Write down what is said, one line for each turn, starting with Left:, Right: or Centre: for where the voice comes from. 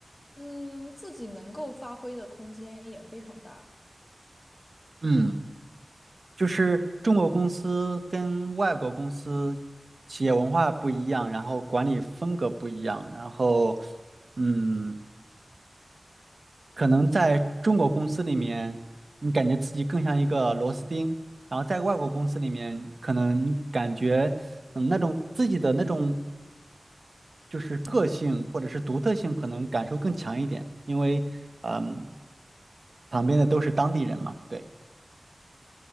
Left: 嗯，自己能够发挥的空间也非常大。
Right: 嗯就是中国公司跟外国公司企业文化不一样，然后管理风格不一样，然后，嗯，可能在中国公司里面，你感觉自己更像一个螺丝钉，然后在外国公司里面，可能你感觉，嗯，那种自己的那种就是个性或者是独特性可能感受更强一点，因为嗯，旁边的都是当地人嘛，对，